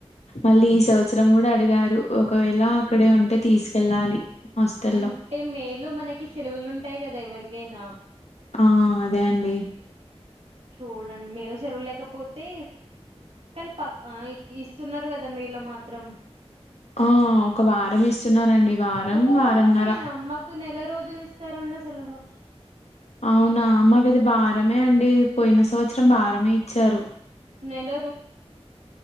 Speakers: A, on the left (about 80°); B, on the right (about 70°).
A: మళ్ళీ ఈ సంవత్సరం కూడా అడిగారు రు ఒకవేళ అక్కడే ఉంటే తీసుకెళ్ళాలి హాస్టల్లో
B: అంటే మేలో మనకి శెలవులు ఉంటాయి కదా ఎవరికైనా
A: ఆ అదే అండి
B: చూడండి మేలో శెలవు లేకపోతే కానీ పక్క ఇస్తున్నారు కదా మేలో మాత్రం
A: ఆ ఒక వారం ఇస్తున్నారండి వారం
B: ఒక
A: వారంన్నర
B: వారమేనా మాకు నెల రోజులు ఇస్తారండి శెలవు
A: అవునా మాకైతే వారమే అండి పోయిన సంవత్సరం వారమే ఇచ్చారు
B: నెల